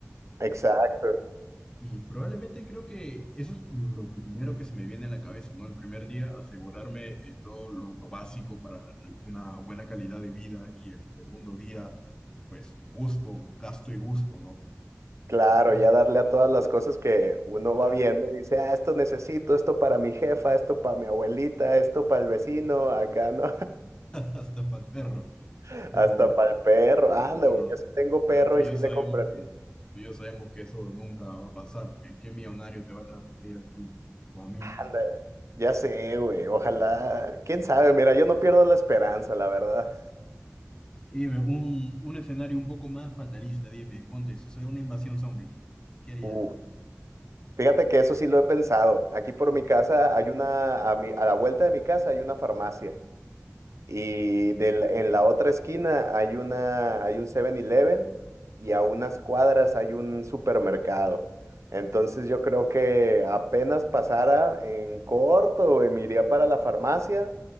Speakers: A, on the right; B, on the left.
A: Exacto.
B: Y probablemente creo que eso es lo primero que se me viene a la cabeza, ¿no? El primer día, asegurarme eh, todo lo, lo básico para una buena calidad de vida y el segundo día, pues gusto, gasto y gusto, ¿no?
A: Claro,
B: Y
A: ya darle a todas las cosas que uno
B: claro,
A: va viendo y dice, ah, esto necesito, esto para mi jefa, esto para mi abuelita, esto para el vecino, acá, ¿no?
B: <laughs> hasta para el perro,
A: <laughs>
B: pero,
A: Hasta para el perro.
B: pero
A: Anda,
B: bueno,
A: güey, yo sí tengo perro
B: la- tú y
A: y sí
B: yo sabemos
A: le compraría.
B: que, tú y yo sabemos que eso nunca va a pasar, porque ¿qué millonario te va a transferir a ti, ¿no? O a mí.
A: Anda, ya sé, güey, ojalá. ¿Quién sabe? Mira, yo no pierdo la esperanza, la verdad.
B: Y dime, un, un escenario un poco más fatalista, dime, ponte, sucede una invasión zombie, ¿qué harías?
A: Uh, fíjate que eso sí lo he pensado. Aquí por mi casa hay una, a mi- a la vuelta de mi casa hay una farmacia. Y del- en la otra esquina hay una, hay un Seven eleven y a unas cuadras hay un supermercado. Entonces yo creo que apenas pasara en corto, güey, me iría para la farmacia,